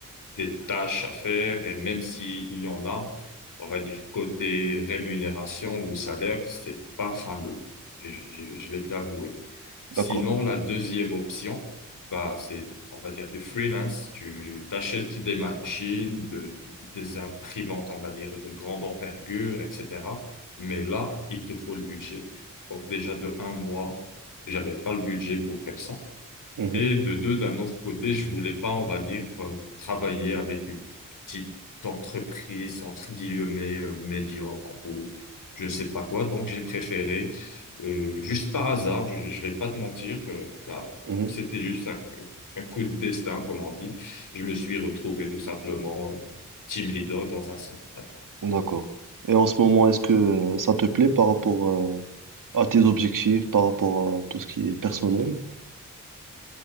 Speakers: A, on the left; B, on the right.
A: des tâches à faire et même s'il y en a, on va dire côté rémunération ou salaire, c'est pas fameux. Je, je- je vais te l'avouer.
B: D'accord.
A: Sinon, la deuxième option, bah, c'est, on va dire du freelance. Tu t'achètes des machines, de- des imprimantes, on va dire, de grande envergure, etc. Mais là, il te faut le budget. Donc déjà de un mois, j'avais pas le budget pour faire ça.
B: Mhm,
A: Et de deux, d'un autre côté, je voulais pas, on va dire, euh, travailler avec une petite entreprise, entre guillemets, euh, médiocre ou je sais pas quoi. Donc, j'ai préféré, euh, juste par hasard, je, je vais pas te mentir, euh, bah,
B: mhm,
A: c'était juste un, un coup de destin, comme on dit. Je me suis retrouvé tout simplement euh, team leader dans un centre.
B: D'accord. Et en ce moment, est-ce que euh, ça te plaît par rapport euh, à tes objectifs, par rapport à tout ce qui est personnel?